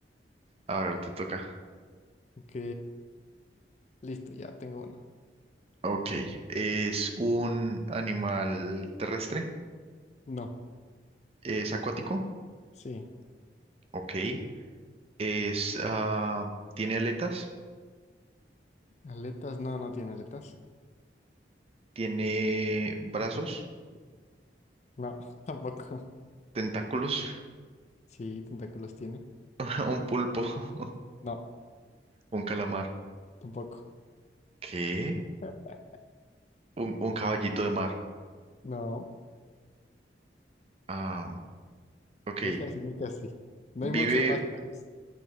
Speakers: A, on the right; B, on the left.
A: a ver, te toca.
B: Ok, listo, ya tengo uno.
A: Ok, ¿es un animal terrestre?
B: No,
A: ¿Es acuático?
B: sí.
A: Ok. Es, ah, tiene aletas,
B: Aletas, no, no tiene aletas.
A: tiene brazos,
B: <laughs> No, tampoco.
A: tentáculos,
B: Sí, tentáculos tiene.
A: <laughs> un pulpo, <laughs>
B: No,
A: un calamar.
B: tampoco.
A: ¿Qué?
B: <laughs>
A: Un, un caballito de mar.
B: No,
A: Ah, ok.
B: ya casi, ya casi. No
A: Vive,
B: hay muchos más casos.